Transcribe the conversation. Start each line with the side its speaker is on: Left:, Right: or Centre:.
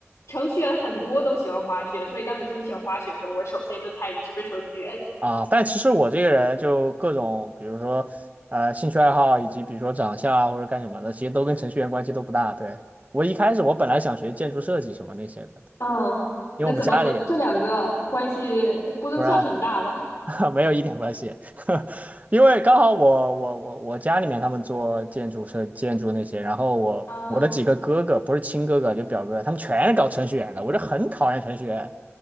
Left: 程序员很多都喜欢滑雪，所以当你说你喜欢滑雪的时候，我首先就猜你是不是程序员。
Right: 啊，但其实我这个人就各种，比如说呃兴趣爱好，以及比如说长相啊或者干什么的，其实都跟程序员关系都不大。对，我一开始我本来想学建筑设计什么那些的，
Left: 嗯，
Right: 因为我们家里
Left: 那怎么怎么这两个关系不能算很大吧？
Right: 不知道 <laughs> 没有一点关系，<laughs> 因为刚好我我我我家里面他们做建筑设建筑那些，然后我我的几个哥哥不是亲哥哥就表哥，
Left: 嗯，
Right: 他们全是搞程序员的，我就很讨厌程序员，